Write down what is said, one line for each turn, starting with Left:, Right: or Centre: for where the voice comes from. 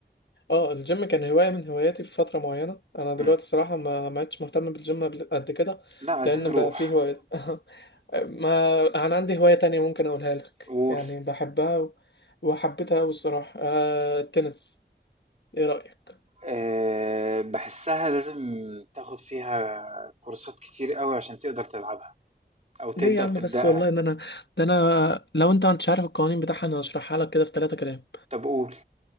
Left: اه الجيم كان هواية من هواياتي في فترة معينة انا دلوقتي
Right: إمم.
Left: صراحة ما ما عدتش مهتم بالجيم قبل- قد كده
Right: لأ، عايزين
Left: لان
Right: نروح
Left: بقى فيه هوايات <laughs> ما انا عندي هواية تانية ممكن اقولها لك
Right: و
Left: يعني بحبها و... وحبيتها قوي الصراحة آه التنس ايه رأيك
Right: آآ باحسّها لازم تاخُد فيها كورسات كتير أوي عشان تقدر تلعبها أو تقدر
Left: ليه يا عم
Right: تبدأها.
Left: بس والله ان انا ده انا لو انت مش عارف القوانين بتاعها انا هشرحها لك كده في ثلاثة كلام
Right: طَب قُل.